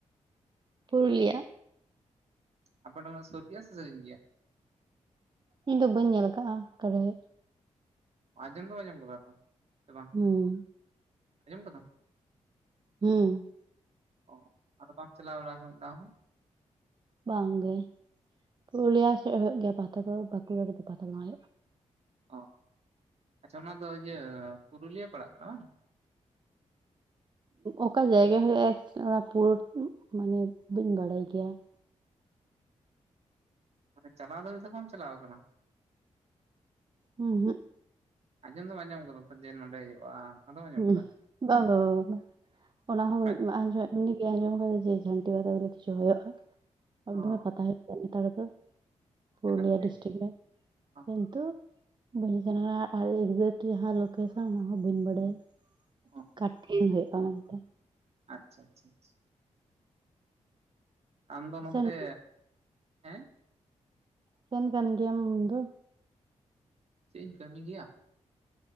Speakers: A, on the right; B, on the right.
A: ᱯᱩᱨᱩᱞᱤᱭᱟ,
B: ᱟᱯᱮ ᱚᱱᱰᱮ ᱠᱷᱚᱱ ᱥᱩᱨ ᱜᱮᱭᱟ ᱥᱮ ᱥᱟᱹᱜᱤᱧ ᱜᱮᱭᱟ?
A: ᱤᱧ ᱫᱚ ᱵᱟᱹᱧ ᱧᱮᱞ ᱟᱠᱟᱜᱼᱟ ᱚᱠᱟᱨᱮ ᱦᱩᱭᱩᱜ-ᱟ ᱾
B: ᱟᱸᱡᱚᱢ ᱫᱚᱢ ᱟᱸᱡᱚᱢ ᱠᱟᱫᱟ ᱛᱚ, ᱥᱮ ᱵᱟᱝ
A: ᱦᱩᱸ
B: ᱟᱸᱡᱚᱢ ᱠᱟᱫᱟᱢ?
A: ᱦᱩᱸ
B: ᱚ ᱟᱫᱚ ᱵᱟᱢ ᱪᱟᱞᱟᱣ ᱵᱟᱲᱟᱣ ᱠᱟᱱᱟ ᱢᱤᱫ ᱫᱷᱟᱣ ᱦᱚᱸ?
A: ᱵᱟᱝ ᱜᱮ᱾ ᱯᱩᱨᱩᱞᱤᱭᱟ ᱥᱮᱫ ᱦᱩᱭᱩᱜ ᱜᱮᱭᱟ ᱯᱟᱛᱟ ᱠᱚ, ᱵᱟᱸᱠᱩᱲᱟ ᱨᱮᱫᱚ ᱯᱟᱛᱟ ᱠᱚ ᱵᱟᱝ ᱦᱩᱭᱩᱜᱼᱟ ᱾
B: ᱚ ᱟᱪᱪᱷᱟ, ᱚᱱᱟ ᱫᱚ ᱤᱭᱟᱹ ᱯᱩᱨᱩᱞᱤᱭᱟᱹ ᱯᱟᱲᱟᱜ ᱠᱟᱱᱟ ᱵᱟᱝ?
A: ᱚᱠᱟ ᱡᱟᱭᱜᱟ ᱦᱩᱭᱩᱜᱼᱟ ᱚᱱᱟ ᱯᱩᱨᱟᱹ ᱢᱟᱱᱮ ᱵᱟᱹᱧ ᱵᱟᱲᱟᱭ ᱜᱮᱭᱟ ᱾
B: ᱢᱟᱱᱮ ᱪᱟᱞᱟᱣ ᱫᱚ ᱢᱤᱫ ᱫᱷᱟᱣ ᱦᱚᱸ ᱵᱟᱢ ᱪᱟᱞᱟᱣ ᱟᱠᱟᱱᱟ?
A: ᱩᱸ-ᱦᱩᱸ
B: ᱟᱸᱡᱚᱢ ᱫᱚᱢ ᱟᱸᱡᱚᱢ ᱟᱠᱟᱫᱟ ᱛᱚ ᱡᱮ ᱱᱚᱰᱮ ᱦᱩᱭᱩᱜᱼᱟ? ᱟᱫᱚᱢ ᱟᱸᱡᱚᱢ
A: ᱦᱩᱸ
B: ᱠᱟᱫᱟ
A: ᱵᱟᱝ-ᱵᱟᱝ-ᱵᱟᱝ ᱚᱱᱟ ᱦᱚᱸ ᱦᱩᱭᱩᱜ
B: ᱟᱡ
A: ᱟᱸᱡᱚᱜ ᱩᱱᱤ ᱜᱮ ᱟᱸᱡᱚᱢ ᱟᱠᱟᱫᱟ ᱡᱮ ᱡᱷᱟᱹᱱᱴᱤ ᱯᱟᱛᱟ ᱵᱚᱞᱮ ᱠᱤᱪᱷᱩ ᱦᱩᱭᱩᱜᱳᱼᱟ,
B: ᱦᱚᱸ
A: ᱮᱠᱫᱢᱮ ᱯᱟᱛᱟ ᱦᱩᱭᱩᱜᱼᱟ ᱥᱟᱱᱛᱟᱲ ᱫᱚ ᱯᱩᱨᱩᱞᱤᱭᱟᱹ
B: ᱡᱟᱠ ᱜᱮ
A: ᱰᱤᱥᱴᱤᱠ ᱨᱮ
B: ᱚᱸ
A: ᱠᱤᱱᱛᱩ ᱵᱟᱹᱧ ᱥᱮᱱ ᱠᱟᱱᱟ ᱟᱨ ᱮᱠᱡᱮᱠᱴ ᱡᱟᱦᱟᱸ ᱞᱳᱠᱮᱥᱚᱱ ᱚᱱᱟ ᱦᱚᱸ ᱵᱟᱹᱧ ᱵᱟᱲᱟᱭᱟ ᱾
B: <unintelligible>
A: ᱚᱠᱟ ᱴᱷᱮᱱ ᱦᱩᱭᱩᱜᱼᱟ ᱢᱮᱱᱛᱮ
B: ᱟᱪᱪᱷᱟ ᱟᱪᱷᱟ ᱪᱷᱟ ᱟᱢ ᱫᱚ ᱱᱚᱱᱚᱛᱮ
A: ᱥᱮᱱ
B: ᱦᱮᱸ
A: ᱥᱮᱱ ᱠᱟᱱ ᱜᱮᱭᱟᱢ ᱟᱢ ᱫᱚ-
B: ᱪᱮᱫ ᱤᱧ ᱠᱟᱹᱢᱤ ᱜᱮᱭᱟ?